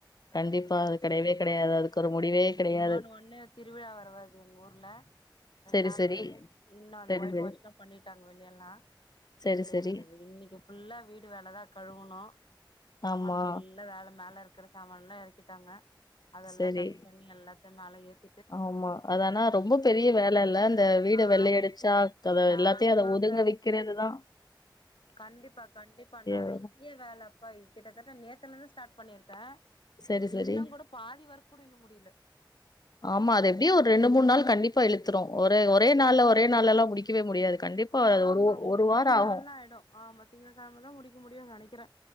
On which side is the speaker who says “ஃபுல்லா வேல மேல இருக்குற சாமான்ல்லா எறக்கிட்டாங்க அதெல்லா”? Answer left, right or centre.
Left